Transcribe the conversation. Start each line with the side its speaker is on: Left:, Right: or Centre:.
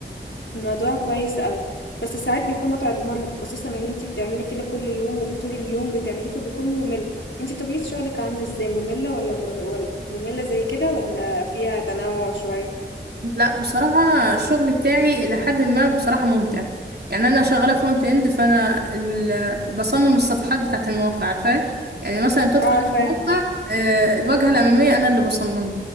Left: الموضوع كويس قوي بس ساعات بيكون متعب ومرهق خصوصا ان انت بتعملي كده كل يوم وطول اليوم بتعمليه فبيكون ممل انت طبيعة شغلك عاملة ازاي مملة ولا مره... ولا مملة زي كده ولا فيها تنوع شوية
Right: لا بصراحة أنا الشغل بتاعي إلى حد ما بصراحة ممتع يعني أنا شغالة فرونت إند فأنا ال... بصمم الصفحات بتاعة المواقع عارفة يعني مثلا بتدخل
Left: اه عارفاها
Right: على الموقع آه، الواجهة الأمامية أنا اللي بصممها